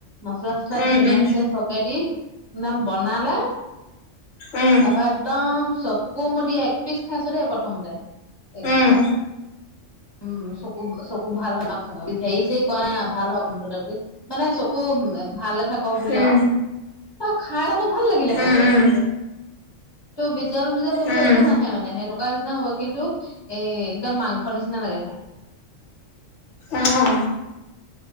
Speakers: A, on the left; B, on the left.
A: মচলা চচলা
B: উম
A: দি, পিয়াঁজ চিয়াজ সৰহকে দি নাম বনালে,
B: উম
A: তাৰপা একদম চকুমুদি একপিচ খাইছোঁ দেই প্ৰথমতে, একদম।
B: উম উম
A: উম চকু চকু ভাল হয়, <unintelligible> হেৰি চেৰী কৰাই ভাল হওক মুঠতে। মানে চকু ভালে থাকক বুলি
B: উম
A: আৰু। ত' খাই অলপ ভাল লাগিলে
B: উম
A: খাই।
B: উম
A: ত' বিজাল বিজাল সেইবোৰ
B: উম
A: একো নাহে মানে, সেনেকুৱা নিচিনা হ'ব, কিন্তু এই একদম মাংসৰ নিচিনা লাগে খাই।
B: অহ।